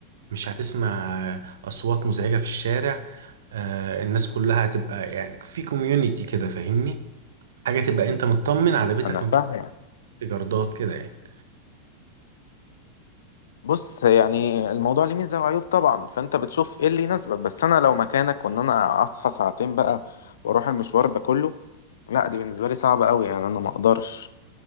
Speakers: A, on the right (about 60°); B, on the left (about 60°).
A: مش هتسمع آه، اصوات مزعجه في الشارع آه، الناس كلها هتبقى يعني في كوميونيتي كده فاهمني حاجة تبقى انت مطمن على بيتك
B: انا
A: وانت
B: فاهم
A: ساكن في جردات كده يعني
B: بص يعني الموضوع ليه ميزة وعيوب طبعا فانت بتشوف ايه اللي يناسبك بس انا لو مكانك وان انا اصحى ساعتين بقى واروح المشوار ده كله لا دي بالنسبة لي صعبة قوي يعني انا ما اقدرش